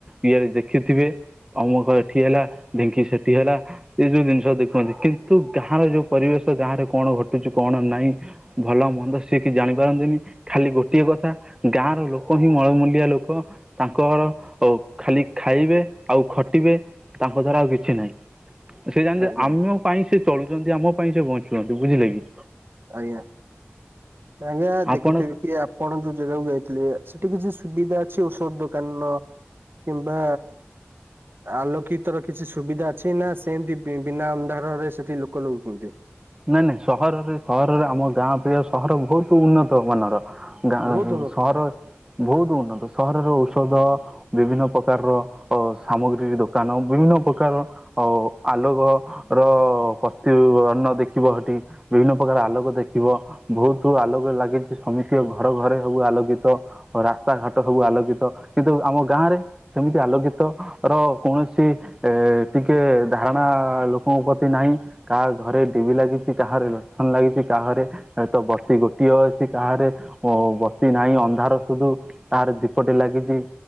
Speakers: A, on the right; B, on the right.
A: ଇଏ ଜଦି ଦେଖିଥିବେ ଅମୁକ ଏଠି ହେଲା ଢେଙ୍କି ସେଠି ହେଲା ଏଇସବୁ ଜିନିଷ ଦେଖନ୍ତି କିନ୍ତୁ ଗାଁର ଯୋଉ ପରିବେଶ ଗାଁରେ କଣ ଘଟୁଛି କଣ ନାଇଁ ଭଲ ମନ୍ଦ ସିଏକିଛି ଜାଣିପାରନ୍ତିନି। ଖାଲି ଗୋଟିଏ କଥା ଗାଁର ଲୋକ ହିଁ ମଳମୂଲିଆ ଲୋକ। ତାଙ୍କର ଖାଲି ଖାଇବେ ଆଉ ଖଟିବେ ତାଙ୍କ ଦ୍ୱାରା ଆଉ କିଛି ନାହିଁ। ସେ ଜାଣିିଲେ
B: ଆଜ୍ଞା
A: ଆମ ପାଇଁ ସେ ଚଳୁଛନ୍ତି ଆମ ପାଇଁ ସେ ବଞ୍ଚୁଛନ୍ତି ବୁଝିଲେ କି।
B: ଆଜ୍ଞା ଆଜ୍ଞା
A: ଆପଣ
B: ଦେଖୁଥିବି କି ଆପଣ ଯଉ ଜେଗାକୁ ଯାଇଥିଲେ ସେଠି କିଛି ସୁବିଧା ଅଛି ଔଷଧ ଦୋକାନ ର କିମ୍ବା ଆଲୋକିତର କିଛି ସୁବିଧା ଅଛି ନା ସେମିତି ବିନା ଅନ୍ଧାରରେ ସେଠି ଲୋକ ଲଉଛନ୍ତି।
A: ନାଇଁ ନାଇଁ ସହରରେ ସହରରେ ଆମ ଗାଁ ଅପେକ୍ଷା ସହର ବହୁତ ଉନ୍ନତ ମାନର। ଗାଁ
B: ବହୁତ ଭଲ
A: ସହର ବହୁତ ଉନ୍ନତ ସହରର ଔଷଧ ବିଭିନ୍ନ ପ୍ରକାରର ଅ ସାମଗ୍ରୀ ଦୋକାନ ବିଭିନ୍ନ ପ୍ରକାର ଆ ଆଲୋକ ର ପତି ବଣ୍ଣ ଦେଖିବ ହେଠି। ବିଭିନ୍ନ ପ୍ରକାର ଆଲୋକ ଦେଖିବ। ଭହୁତ ଆଲୋକ ଲାଗିଛି ସମିତିକ ଘରେ ଘରେ ସବୁ ଆଲୋକିତ। ରାସ୍ତା ଘାଟ ସବୁ ଆଲୋକିତ କିନ୍ତୁ ଆମ ଗାଁରେ ସେମିତି ଆଲୋକିତ ର କୌଣସି ଏ ଟିକେ ଧାରଣା ଲୋକଙ୍କ ପ୍ରତି ନାହିଁ କାହା ଘରେ ଟିଭି ଲାଗିଛି କାହାରେ ଲଣ୍ଠନ ଲାଗିଛି କାହାରେ ତ ବତି ଗୋଟିଏ ଅଛି କାହାରେ ଓ ବତି ନାହିଁ ଅନ୍ଧାର ସୁଧୁ କାହାରେ ଦୀପଟେ ଲାଗିଛି।